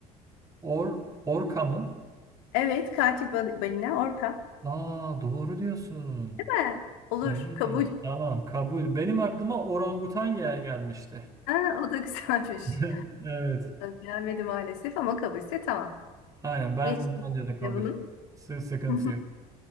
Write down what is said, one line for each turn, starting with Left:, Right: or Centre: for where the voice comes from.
Right: Or, orka mı?
Left: Evet katil bal- balina orka.
Right: Aa doğru diyorsun.
Left: Değil mi? Olur
Right: Evet
Left: kabul.
Right: tamam kabul. Benim aklıma orangutan gel gelmişti.
Left: Ha, o da güzelmiş.
Right: <laughs> Evet
Left: Gelmedi maalesef ama kabulse tamam.
Right: aynen ben
Left: Geçelim
Right: bence de
Left: şimdi
Right: kabul.
Left: bunu.
Right: Sı- Sıkıntı
Left: <laughs>
Right: yok.